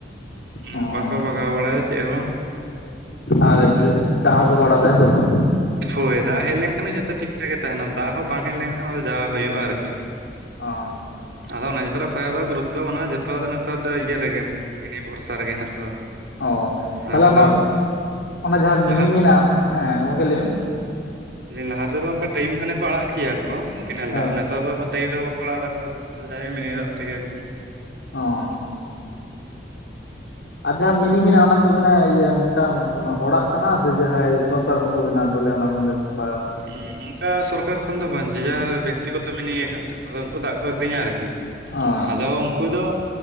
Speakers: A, on the right; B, on the left.
A: ᱩᱱᱟᱹᱜ
B: ᱚ
A: ᱵᱟᱠᱚ ᱵᱟᱜᱟᱣ ᱵᱟᱲᱟᱭᱟᱫᱟ ᱪᱮᱫ ᱦᱚᱸ ᱵᱟᱝ।
B: ᱟᱨ ᱤᱭᱟᱹ ᱫᱟᱜ ᱦᱚᱸ ᱵᱟᱠᱚ ᱟᱲᱟᱜ ᱫᱟ ᱦᱚᱸᱥᱮ ᱟᱲᱟᱜ ᱫᱟ ᱥᱮ ᱵᱟᱝ?
A: ᱦᱳᱭ ᱫᱟᱜ ᱦᱮᱡ ᱞᱮᱱᱠᱷᱟᱱ ᱜᱮ ᱡᱷᱚᱛᱚ ᱴᱷᱤᱠ ᱴᱷᱟᱠ ᱜᱮ ᱛᱟᱦᱮᱱᱟ। ᱫᱟᱜ ᱦᱚᱸ ᱵᱟᱝ ᱦᱮᱡ ᱞᱮᱱᱠᱷᱟᱱ ᱡᱟ ᱡᱟ ᱦᱚᱭᱩᱜ-ᱟ ᱦᱩᱭᱩᱜᱼᱟ ᱟᱨᱠᱤ।
B: ᱚ᱾
A: ᱟᱫᱚ ᱚᱱᱟ ᱪᱮᱛᱟᱱ ᱨᱮ ᱠᱷᱚᱡᱭᱟᱜ ᱫᱚ ᱜᱩᱨᱩᱛᱚ ᱵᱟᱹᱱᱩᱜᱼᱟ ᱡᱷᱚᱛᱚ ᱟᱫᱚ ᱱᱮᱛᱟᱨ ᱫᱚ ᱤᱭᱟᱹ ᱨᱮᱜᱮ। ᱢᱤᱱᱤ ᱵᱷᱚᱨᱥᱟ ᱨᱮᱜᱮ ᱦᱮᱱᱟᱜ ᱠᱚᱣᱟ।
B: ᱚᱻ
A: ᱟᱫᱚ
B: ᱛᱟᱦᱚᱞᱮ ᱚᱱᱟ ᱚᱱᱟ ᱡᱟᱦᱟᱸ
A: ᱞᱟᱦᱟ
B: ᱢᱤᱱᱤ ᱢᱮᱱᱟᱜᱼᱟ᱾ ᱦᱮᱸ ᱜᱚᱢᱠᱮ ᱞᱟᱹᱭ ᱢᱮ।
A: ᱩᱱ ᱫᱤᱱ ᱜᱞᱫᱚ ᱚᱱᱠᱟ ᱞᱟᱭᱤᱢ ᱠᱷᱟᱱᱮ ᱠᱚ ᱚᱱᱠᱟ ᱴᱟᱭᱤᱢ ᱠᱷᱟᱱᱮ ᱠᱚ ᱟᱲᱟᱜ ᱠᱮᱭᱟ ᱠᱚ ᱠᱮᱱᱮᱞ
B: ᱦᱮᱸ
A: ᱫᱟᱜ। ᱱᱮᱛᱟᱨ ᱫᱚ ᱟᱫᱚ ᱼᱼ ᱴᱟᱭᱤᱢ ᱨᱮᱦᱚᱸ ᱵᱟᱠᱚ ᱟᱲᱟᱜ ᱫᱟᱠᱚ ᱟᱫᱚ ᱡᱟᱦᱟᱸᱦᱳᱠ ᱢᱤᱱᱤ ᱫᱟᱜ ᱛᱮᱜᱮ ᱮᱠᱫᱚᱢ ᱼᱼ
B: ᱦᱚᱸ ᱾ ᱟᱫᱚ ᱦᱟᱸᱜ ᱢᱤᱱᱤ ᱢᱮᱱᱟᱜᱼᱟ ᱚᱱᱟ ᱫᱚ ᱢᱟᱱᱮ ᱢᱤᱫᱴᱟᱝ ᱦᱚᱲᱟᱜ ᱠᱟᱱᱟ, ᱥᱮ ᱡᱟᱦᱟᱸᱭ ᱥᱚᱨ ᱼᱼ ᱛᱟᱹᱦᱩ ᱠᱚ ᱵᱮᱱᱟᱣ ᱦᱚᱴᱚ ᱞᱮᱜᱼᱟ ᱚᱱᱟ ᱠᱷᱚᱱ ᱜᱮ ᱼᱼ
A: ᱦᱩᱸ <unintelligible> ᱠᱟ ᱥᱚᱨᱠᱟᱨ ᱠᱷᱚᱱ ᱫᱚ ᱵᱟᱝ ᱡᱮ ᱡᱟᱨ ᱵᱮᱠᱛᱤᱜᱚᱛᱚ ᱢᱤᱱᱤ ᱜᱮ ᱠᱟᱱ ᱛᱟᱠᱚᱣᱟ ᱟᱫᱚ ᱩᱱᱠᱩ ᱫᱚ ᱫᱟᱜᱽ ᱠᱚ ᱟᱠᱷᱨᱤᱧᱟ ᱟᱨᱠᱤ ᱾
B: ᱚ
A: ᱟᱫᱚ ᱩᱱᱠᱩ ᱫᱚ